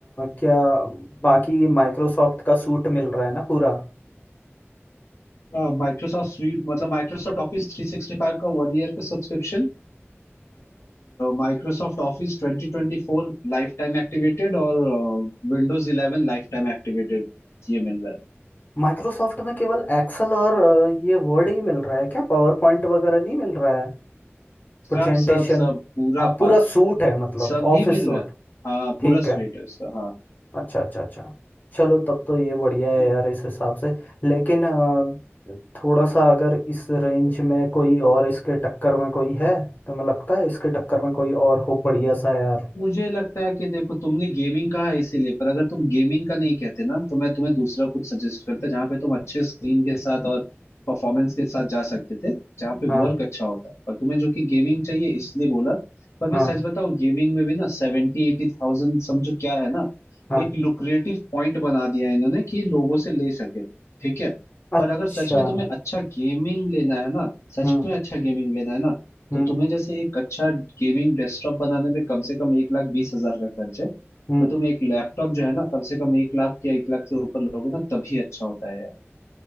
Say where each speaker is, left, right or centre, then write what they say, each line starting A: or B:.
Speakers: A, on the left; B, on the left.
A: क्या बाकी माइक्रोसॉफ्ट का सूट मिल रहा है ना पूरा
B: हाँ माइक्रोसॉफ्ट स्वीट मतलब Microsoft Office three sixty five का वन ईयर का subscription Microsoft Office twenty twenty four life time activated और Windows eleven life time activated ये मिल रहा है
A: माइक्रोसॉफ्ट में केवल एक्सेल और अ, ये वर्ड ही मिल रहा है क्या पावर पॉइंट वगैरह नहीं मिल रहा है
B: सब
A: प्रेजेंटेशन
B: सब सब पूरा
A: हाँ पूरा
B: पा,
A: सूट है मतलब
B: सभी
A: ऑफिस
B: मिल
A: सूट
B: रहा है हाँ पूरा
A: ठीक है
B: स्वीट है उसका
A: अच्छा अच्छा अच्छा चलो तब तो ये बढ़िया है
B: हाँ
A: यार इस हिसाब से लेकिन अ, थोड़ा सा अगर इस रेंज में कोई और इसके टक्कर में कोई है तो मुझे लगता है इसके टक्कर में कोई और हो बढ़िया सा यार
B: मुझे लगता है कि देखो तुमने गेमिंग कहा है इसीलिए पर अगर तुम गेमिंग का नहीं कहते ना तो मैं तुम्हें दूसरा कुछ सजेस्ट करता जहाँ पे तुम अच्छे स्क्रीन के साथ और परफॉर्मेंस के साथ जा सकते थे जहाँ पे
A: हाँ
B: वर्क अच्छा होता और तुम्हें जो कि गेमिंग चाहिए इसलिए बोला पर मैं
A: हाँ
B: सच बताऊं गेमिंग में भी ना सेवेंटी एटी थाउजेंड समझो क्या है ना
A: हाँ
B: एक लुक्रेटिव पॉइंट बना दिया है इन्होंने कि लोगों से ले सके ठीक है पर
A: अच्छा
B: अगर सच में तुम्हें अच्छा गेमिंग लेना है ना सच
A: हम्म
B: में अच्छा गेमिंग लेना है ना
A: हम्म
B: तो तुम्हें जैसे एक अच्छा गेमिंग डेस्कटॉप बनाने में कम से कम एक लाख बीस हजार का खर्च है तो
A: हम्म
B: तुम एक लैपटॉप जो है ना कम से कम एक लाख या एक लाख से ऊपर लोगे ना तभी अच्छा होता है यार